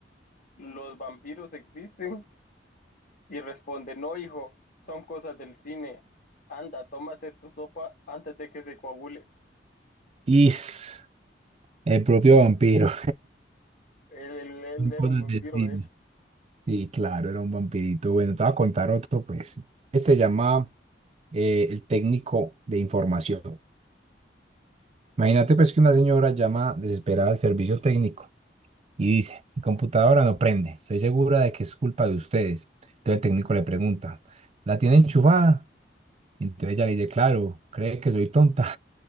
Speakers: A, on the left; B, on the right.
A: ¿los vampiros existen? Y responde, no, hijo, son cosas del cine. Anda, tómate tu sopa antes de que se coagule.
B: Is, el propio vampiro.
A: Él, él- él
B: Son
A: era
B: cosas
A: un vampiro,
B: del cine.
A: de hecho.
B: Sí, claro, era un vampirito. Bueno, te voy a contar otro, pues. Este se llama eh, el técnico de información. Imagínate, pues, que una señora llama desesperada al servicio técnico Y dice, mi computadora no prende, estoy segura de que es culpa de ustedes. Entonces el técnico le pregunta, ¿la tiene enchufada? Y Entonces ella le dice, claro, cree que soy tonta.